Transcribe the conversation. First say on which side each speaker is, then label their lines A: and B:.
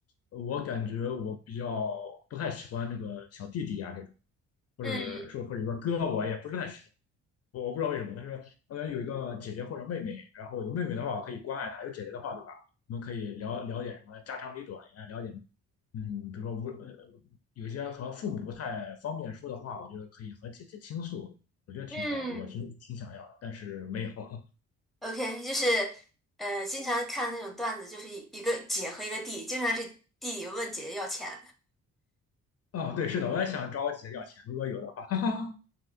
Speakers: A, on the left (about 55°); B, in the centre.
A: 我感觉我比较不太喜欢那个小弟弟呀、这种，或者说或者说哥，
B: 嗯
A: 我也不是太喜欢。我我不知道为什么，但是我感有一个姐姐或者妹妹，然后有妹妹的话，我可以关爱她；有姐姐的话，对吧？我们可以聊聊点什么家长里短呀，了解，嗯，比如说无呃，有一些和父母不太方便说的话，我觉得可以和姐姐倾诉，我觉得挺好的，
B: 嗯
A: 我挺挺想要的，但是没有。<laughs>
B: ，OK，就是呃，经常看那种段子，就是一一个姐和一个弟，经常是弟弟问姐姐要钱，
A: 啊、对，是的，我也想找我姐要钱，如果有的话。<laughs>